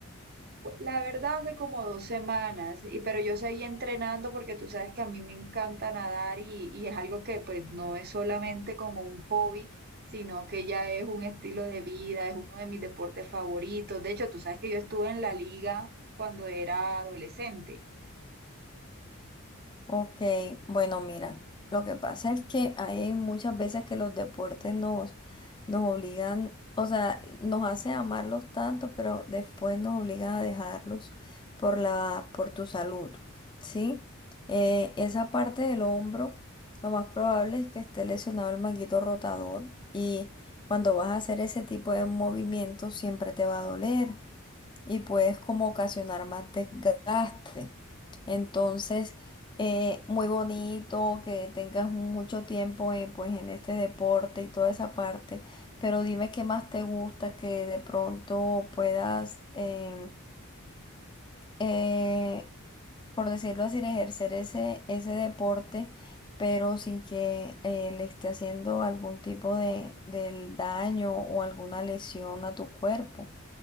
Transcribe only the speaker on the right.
Pues, La verdad, hace como dos semanas, y, pero yo seguí entrenando porque tú sabes que a mí me encanta nadar y, y es algo que pues no es solamente como un hobby, sino que ya es un estilo de vida, es uno de mis deportes favoritos. De hecho, tú sabes que yo estuve en la liga cuando era adolescente.